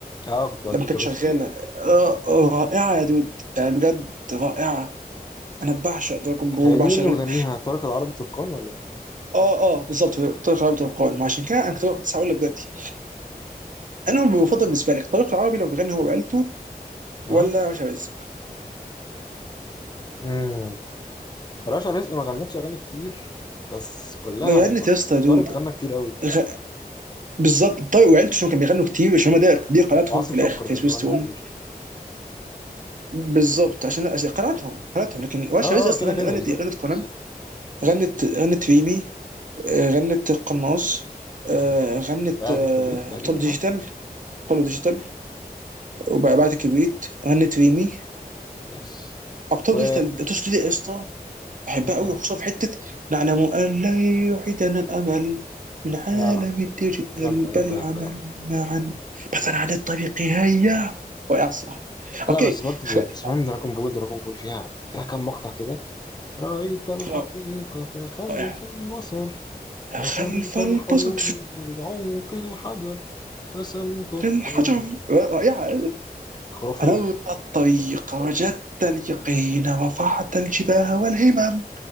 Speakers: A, on the left; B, on the right.
A: اه كنت قديمة
B: لما كانت
A: الأسر
B: شغاله
A: في البيت
B: آه آه رائعه يا دود يعني بجد رائعه انا بعشق دراجون بول
A: هي
B: بعشق
A: دي مين اللي
B: غل...
A: مغنيها طارق العربي تركان ولا مين؟
B: اه اه بالظبط طريق العربي طريق
A: طارق
B: القوانين ما عشان كده انا كنت كنت هقول لك دلوقتي انا المفضل بالنسبه لك طريق العربي لو بيغني هو وعيلته
A: ها
B: ولا باشا رزق
A: امم رشا رزق ما غنتش اغاني كتير بس كلها
B: ده غنت
A: ايكونيك
B: يا اسطى يا دود
A: طارق غنى كتير قوي
B: غ... بالظبط طارق وعيلته عشان كانوا بيغنوا كتير عشان هم ده دي قناتهم
A: وعاصم
B: في
A: سكر
B: الاخر في
A: برضه
B: سويستون
A: غنى كتير
B: بالظبط عشان عشان قناتهم قناتهم لكن باشا
A: اه
B: رزق اصلا
A: اه كده
B: غنت
A: كده بالظبط
B: غنت غنت كونان
A: بالظبط
B: غنت غنت ريمي آه، غنت القناص آه،
A: مم.
B: غنت
A: بقعة
B: آه،
A: الكبريت تقريبا
B: ابطال ديجيتال
A: صح
B: ابطال ديجيتال وبعد كبريت غنت ريمي
A: يس
B: ابطال
A: و
B: ديجيتال الأبطال دي يا اسطى بحبها
A: مين تاني
B: قوي وخصوصا في حته نعلم ان لا يعيدنا الامل من عالم
A: اه
B: الديجيتال
A: جامدة جامدة
B: بل العمل
A: جامدة جامدة
B: معا بحثا عن الطريق هيا واقع صح
A: لا
B: اوكي
A: بس برضه
B: خلينا
A: سمان دراجون بول دراجون بول فيها فيها كام مقطع كده رأيت الحقيقة
B: نبدا.
A: خلف
B: رائع
A: المصر رسمت
B: خلف البصر
A: الحروب بعمق الحجر رسمت الطريق
B: للحجر رائعه
A: خرافية
B: أنورت الطريق وجدت اليقين رفعت الجباه والهمم